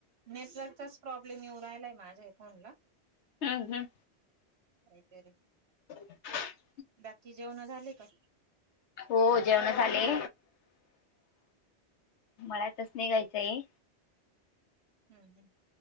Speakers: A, on the right; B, on the left.
A: नेटवर्कचा प्रॉब्लेम येऊ राहिलाय माझ्या फोनला.
B: हम्म हम्म.
A: काहीतरी
B: <inaudible>
A: बाकी जेवण झाले का?
B: हो जेवण झाले मळ्यातच निघायचं आहे.
A: हम्म हम्म.